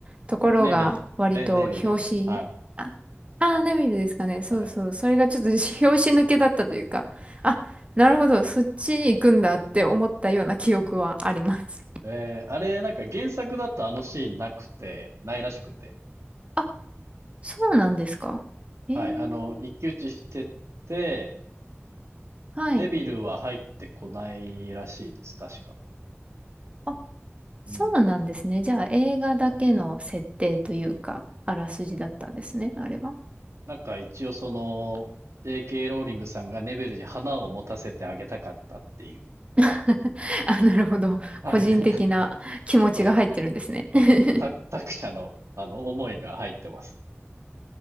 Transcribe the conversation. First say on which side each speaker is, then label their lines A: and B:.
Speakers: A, on the right; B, on the right.
A: ところが割と表紙、
B: ネビルですね。ネビル。はい。
A: あ、あー、ネビルですかね。そうそう。
B: はい。
A: それがちょっと <laughs> 表紙抜けだったというか、あ、なるほど、そっち行くんだって思ったような記憶はあります。
B: えー、あれ、なんか原作だとあのシーンなくて、ないらしくて。
A: あ、そうなんですか。えー、
B: はい。あの、一騎打ちしてて、
A: はい。
B: ネビルは入ってこないらしいです。確か。
A: あ、そうなんですね。
B: うん。
A: じゃあ映画だけの設定というか、あらすじだったんですね、あれは。
B: なんか一応その、JK ローリングさんがネビルに花を持たせてあげたかったっていう。
A: <laughs> あ、なるほど。
B: はい。
A: 個人的な気持ちが入ってるんですね。
B: <laughs> そうです。その、
A: <laughs>
B: さ作者の、あの、思いが入ってます。